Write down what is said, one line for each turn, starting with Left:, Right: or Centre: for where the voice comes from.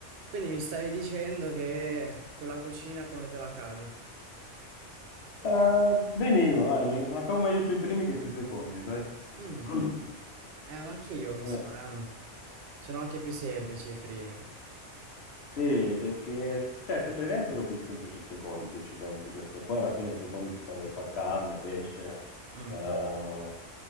Right: Quindi mi stavi dicendo che con la cucina come te la cavi?
Left: Eh, benino, dai, mi mancavo meglio sui primi che sui secondi, sai?
Right: Mm,
Left: <clears throat>
Right: eh, anche io mi
Left: Eh,
Right: so, eh. Sono anche più semplici i primi.
Left: sì, perché cioè, sembrerebbero più semplici i secondi se ci pensi, perché poi alla fine i secondi si parla di far carne, pesce,
Right: Mm,
Left: eh,